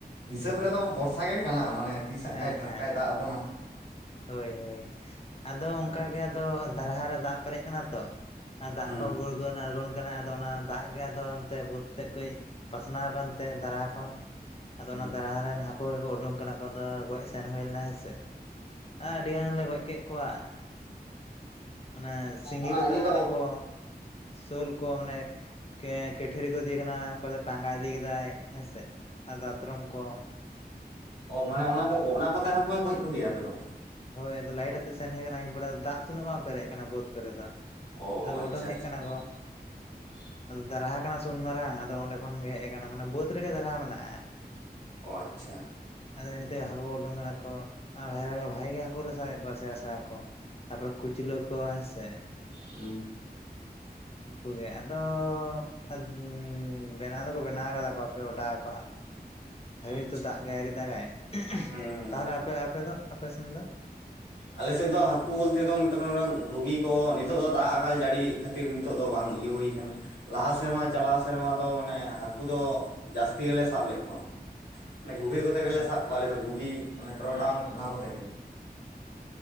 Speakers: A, on the left; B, on the left.
A: ᱦᱤᱥᱟᱹᱵᱽ ᱨᱮᱫᱚ ᱵᱷᱚᱨᱥᱟ ᱜᱮ ᱠᱟᱱᱟ ᱢᱟᱱᱮ ᱛᱤᱥᱟᱸᱜ
B: ᱦᱮᱸ
A: ᱠᱷᱟᱡ ᱴᱟᱴᱠᱟᱭ
B: ᱦᱮᱸ
A: ᱫᱟᱜ ᱟᱵᱚᱱᱟ᱾
B: ᱦᱳᱭ ᱦᱳᱭ, ᱟᱫᱚ
A: ᱦᱮᱸ
B: ᱚᱱᱠᱟ ᱜᱮ ᱟᱫᱚ ᱫᱷᱟᱨᱦᱟ ᱨᱮ ᱫᱟᱜ ᱯᱮᱨᱮᱡ ᱟᱠᱟᱱᱟ ᱛᱚ᱾ ᱟᱨ ᱫᱟᱜ
A: ᱦᱮᱸ
B: ᱠᱚ ᱜᱩᱲ ᱜᱟᱹᱱ ᱟᱬᱜᱳᱚᱱ ᱠᱟᱱᱟ ᱟᱫᱚ ᱚᱱᱟ ᱫᱟᱜ ᱜᱮ ᱟᱫᱚ ᱚᱱᱛᱮ ᱵᱟᱹᱫ ᱥᱮᱫ ᱠᱷᱚᱡ ᱯᱟᱥᱱᱟᱣ ᱟᱠᱟᱱᱛᱮ ᱫᱟᱨᱦᱟ ᱠᱷᱚᱱ, ᱟᱫᱚ
A: ᱦᱮᱸ
B: ᱚᱱᱟ ᱫᱟᱨᱦᱟ ᱨᱮᱱ ᱦᱟᱹᱠᱩ ᱜᱮᱠᱚ ᱩᱰᱩᱝ ᱠᱟᱱᱟ ᱠᱚ ᱟᱫᱚ ᱜᱚᱡ ᱥᱮᱱ ᱦᱩᱭ ᱞᱮᱱᱟ ᱦᱮᱸᱥᱮ᱾ ᱦᱮᱸ ᱟᱹᱰᱤ ᱜᱟᱱ ᱞᱮ ᱜᱚᱡ ᱠᱮᱫ ᱠᱚᱣᱟ᱾ ᱢᱟᱱᱮ ᱥᱤᱸᱜᱤ
A: ᱚᱱᱟ
B: ᱠᱚ
A: ᱤᱭᱟᱹ
B: ᱛᱟᱦᱮᱸ
A: ᱫᱚ
B: ᱠᱟᱱᱟ ᱠᱚ᱾ ᱥᱳᱞ ᱠᱚ ᱢᱟᱱᱮ ᱠᱮ ᱠᱮᱴᱷᱤᱨᱤ ᱠᱚ ᱤᱫᱤᱭ ᱠᱟᱱᱟ‌ ᱠᱚᱭ ᱫᱚ ᱴᱟᱸᱜᱟ ᱤᱫᱤ‌ ᱠᱟᱫᱟᱭ᱾ ᱮ ᱦᱮᱸ ᱥᱮ ᱟᱨ ᱫᱟᱛᱨᱚᱢ ᱠᱚ᱾
A: ᱚ ᱢᱟᱱᱮ ᱚᱱᱟ ᱠᱚ ᱚᱱᱟ ᱠᱚᱛᱮ ᱦᱚᱸᱯᱮ ᱜᱚᱡ ᱠᱚᱜᱮᱭᱟ ᱟᱯᱮ ᱫᱚ?
B: ᱦᱳᱭ ᱟᱫᱚ ᱞᱟᱭᱤᱴ ᱟᱛᱮᱜ ᱥᱮᱱ ᱦᱩᱭ ᱠᱟᱱᱟ ᱟᱹᱭᱩᱵ ᱵᱮᱲᱟ ᱫᱚ ᱫᱟᱜ ᱛᱚ ᱩᱱᱟᱹᱜ ᱵᱟᱝ ᱯᱮᱨᱮᱡ ᱟᱠᱟᱱᱟ ᱵᱟᱹᱛᱷ ᱠᱚᱨᱮ ᱫᱚ᱾
A: ᱚ
B: ᱟᱫᱚ
A: ᱟᱪᱪᱷᱟ
B: ᱚᱰᱚᱝ ᱦᱮᱡ
A: ᱟᱪᱪᱷᱟ
B: ᱠᱟᱱᱟ ᱠᱚ᱾
A: <inaudible>
B: ᱫᱟᱨᱦᱟ ᱠᱟᱱᱟ ᱥᱮ ᱩᱱ ᱢᱟᱨᱟᱝ ᱟᱫᱚ ᱚᱸᱰᱮ ᱠᱷᱚᱱ ᱜᱮ ᱦᱮᱡ ᱟᱠᱟᱱᱟ ᱢᱟᱱᱮ ᱵᱟᱹᱛᱷ ᱨᱮᱜᱮ ᱫᱟᱨᱦᱟ ᱢᱮᱱᱟᱜ-ᱟ᱾
A: ᱚ ᱟᱪᱪᱷᱟ᱾
B: ᱟᱫᱚ ᱮ ᱦᱤᱸᱛᱩᱜ ᱦᱟᱠᱩ ᱩᱰᱩᱝ ᱠᱟᱱᱟ ᱠᱚ ᱱᱟ ᱵᱷᱟᱜᱮ ᱜᱮ ᱵᱟ ᱵᱷᱟᱜᱮ ᱜᱮ ᱦᱟᱹᱠᱩ ᱞᱮ ᱥᱟᱵᱮᱫ ᱠᱚᱣᱟ ᱥᱮ ᱟᱥᱬᱟ ᱠᱚ ᱛᱟᱯᱚᱨᱮ ᱠᱩᱪᱞᱟᱹ ᱠᱚ ᱦᱮᱸᱥᱮ᱾
A: ᱩᱸ᱾
B: ᱮᱸ ᱩᱱᱠᱩᱩ ᱜᱮ ᱟᱫᱚ ᱟᱫᱽ ᱵᱮᱱᱟᱣ ᱫᱚᱠᱚ ᱵᱮᱱᱟᱣ ᱠᱟᱫᱟ ᱠᱚ ᱟᱯᱮ ᱚᱰᱟᱣ ᱠᱚ ᱦᱟᱸᱜ᱾
A: ᱚ
B: ᱵᱷᱟᱜᱤ
A: ᱟᱪᱪᱷᱟ
B: ᱜᱮ ᱱᱤᱛᱩᱜ ᱫᱟᱜ ᱜᱮ ᱟᱣᱨᱤ ᱫᱟᱜᱟᱭ
A: ᱦᱩᱸ ᱦᱩᱸ
B: ᱛᱟᱦᱚᱞᱮ ᱟᱯᱮ ᱟᱯᱮ ᱫᱚ ᱟᱯᱮ ᱥᱮᱱ ᱫᱚ?
A: ᱟᱞᱮ ᱥᱮᱜ ᱫᱚ ᱦᱟᱠᱩ ᱵᱩᱞᱛᱮ ᱫᱚ ᱢᱚ ᱱᱚᱛᱮ ᱚ ᱜᱩᱜᱤ ᱠᱚ ᱱᱤᱛᱚᱜ ᱫᱚ ᱫᱟᱜ ᱟᱠᱟᱞ ᱡᱟᱲᱤ ᱠᱷᱟ ᱛᱤᱨ ᱱᱤᱛᱚᱜ ᱫᱚ ᱵᱟᱝ ᱤᱭᱟᱹ ᱦᱩᱭ ᱟᱠᱟᱱᱟ ᱞᱟᱦᱟ ᱥᱮᱨᱢᱟ ᱪᱟᱞᱟᱣ ᱥᱮ ᱥᱮᱨᱢᱟ ᱫᱚ ᱢᱟᱱᱮ ᱦᱟᱠᱩ ᱫᱚ ᱡᱟᱹᱥᱛᱤ ᱜᱮᱞᱮ ᱥᱟᱵ ᱞᱮᱜ ᱠᱚᱣᱟ ᱢᱟᱱᱮ ᱜᱷᱩᱜᱤ ᱠᱚᱛᱮ ᱜᱮᱞᱮ
B: ᱚ ᱚ
A: ᱥᱟᱵ ᱟᱞᱮ ᱫᱚ ᱜᱩᱜᱤ ᱢᱟᱱᱮ ᱴᱚᱨᱚ ᱰᱟᱝ ᱚᱱᱟ ᱠᱚᱛᱮ ᱜᱮ᱾